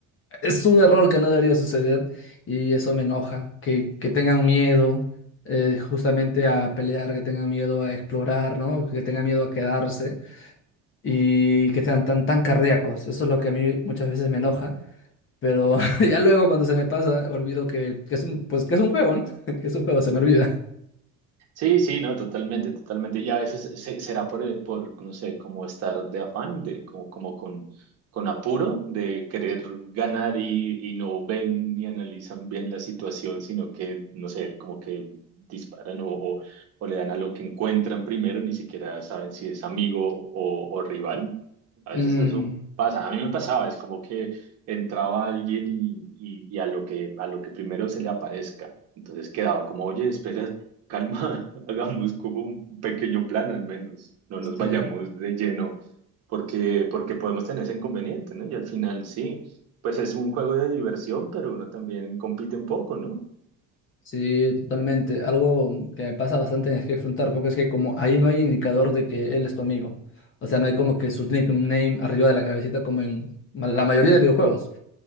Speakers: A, on the left; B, on the right.
A: es un error que no debería suceder y eso me enoja. Que, que tengan miedo eh, justamente a pelear, que tengan miedo a explorar, ¿no? Que tengan miedo a quedarse y que sean tan, tan cardíacos. Eso es lo que a mí muchas veces me enoja, pero <laughs> ya luego cuando se me pasa, olvido que, que es un, pues, que es un juego, ¿no? <laughs> Que es un juego, se me olvida.
B: Sí, sí, no, totalmente, totalmente. Y a veces se- será por, eh, por, no sé, como estar de afán, de como, como con, con apuro, de querer ganar y, y no ven ni analizan bien la situación, sino que, no sé, como que disparan o, o, o le dan a lo que encuentran primero, ni siquiera saben si es amigo o, o rival. A
A: Mm,
B: veces eso pasa. A mí me pasaba, es como que entraba alguien y, y, y a lo que, a lo que primero se le aparezca. Entonces quedaba como, oye, espera calma, <laughs> hagamos como un pequeño plan al menos, no
A: sí,
B: nos vayamos de lleno, porque, porque podemos tener ese inconveniente, ¿no? Y al final sí, pues es un juego de diversión, pero uno también compite un poco, ¿no?
A: sí, totalmente. Algo que me pasa bastante en el Hearthstone Tarkov es que como ahí no hay indicador de que él es tu amigo. O sea, no hay como que su nickname arriba de la cabecita como en ma- la mayoría de videojuegos.